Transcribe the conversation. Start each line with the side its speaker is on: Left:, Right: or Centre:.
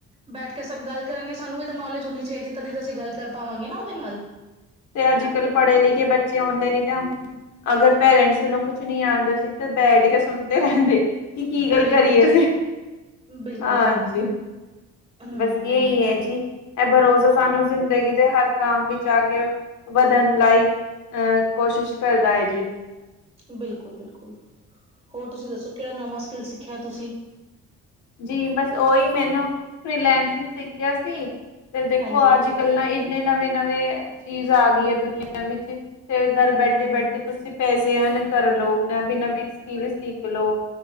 Right: ਬੈਠਕੇ ਸਭ ਗੱਲ ਕਰਾੰਗੇ, ਸਾਨੂੰ ਇਹ ਤਾਂ ਨੌਲੇਜ ਹੋਣੀ ਚਾਹੀਦੀ ਤਦੀ ਤਾਂ, ਅਸੀਂ ਗੱਲ ਕਰ ਪਾਵਾਂਗੇ ਨਾ ਉਹਦੇ ਨਾਲ।
Left: ਤੇ ਅੱਜ-ਕੱਲ
Right: ਹਨਾ
Left: ਪੜੇ-ਲਿਖੇ ਬੱਚੇ ਆਉਂਦੇ ਨੀ ਤਾਂ ਅਗਰ ਪੇਰੈਂਟਸ ਨੂੰ ਕੁਛ ਨੀ ਆਉਂਦਾ ਜੀ, ਤੇ ਬੈਠਕੇ ਸੁਣਦੇ ਰਹਿੰਦੇ। ਕਿ, ਕੀ ਗੱਲ
Right: ਬਿਲਕੁਲ
Left: ਕਰੀਏ
Right: ਜੀ
Left: ਅਸੀਂ,
Right: ਬਿਲਕੁਲ
Left: ਹਾਂਜੀ।
Right: ਜੀ ਬਿਲਕੁਲ ਹਮ
Left: ਬਸ ਯੇ ਈਏ ਜੀ, ਇਹ ਬਰੋਸਾ ਸਾਨੂੰ ਜ਼ਿੰਦਗੀ ਦੇ ਹਰ ਕੰਮ ਵਿੱਚ ਆਕੇ ਵਧਣ ਲਾਈਕ ਅਹ, ਕੋਸ਼ਿਸ਼ ਕਰਦਾ ਹੈ ਜੀ।
Right: ਬਿਲਕੁਲ-ਬਿਲਕੁਲ। ਹੋਰ ਤੁਸੀਂ ਦੱਸੋ, ਕਿਹੜਾ ਨਵਾਂ ਸ੍ਕਿੱਲ ਸਿੱਖਿਆ ਤੁਸੀ?
Left: ਜੀ ਬਸ ਓਹੀ ਮੈਨੂੰ, ਫ੍ਰੀਲੈਂਸਿਕ ਸਿੱਖਿਆ ਸੀ, ਤੇ ਦੇਖੋ
Right: ਹਾਂਜੀ
Left: ਆਜ ਕੱਲਾ ਇੰਨੇ ਨਵੇਂ-ਨਵੇਂ ਚੀਜ਼ਾਂ ਆ ਗਈ ਹੈ ਦੁਨੀਆਂ ਵਿੱਚ, ਤੇ ਘਰ ਬੈਠੇ-ਬੈਠੇ,
Right: ਹਮ ਹਮ
Left: ਤੁਸੀਂ ਪੈਸੇ ਅਰਨ ਕਰਲੋ। ਨਵੀਂ-ਨਵੀਂ ਸ੍ਕਿਲ ਸਿੱਖਲੋ,